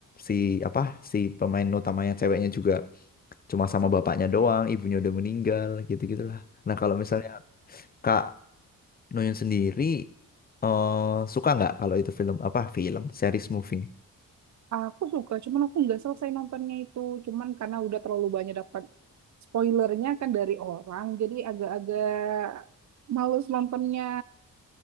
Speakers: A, on the left; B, on the right.
A: si apa si pemain utamanya ceweknya juga cuma sama bapaknya doang ibunya udah meninggal gitu gitulah nah kalau misalnya Kak Nuyun sendiri eh, suka nggak kalau itu film apa film series moving
B: aku suka, cuman aku nggak selesai nontonnya itu. Cuman karena udah terlalu banyak dapat spoilernya kan dari orang, jadi agak-agak males nontonnya.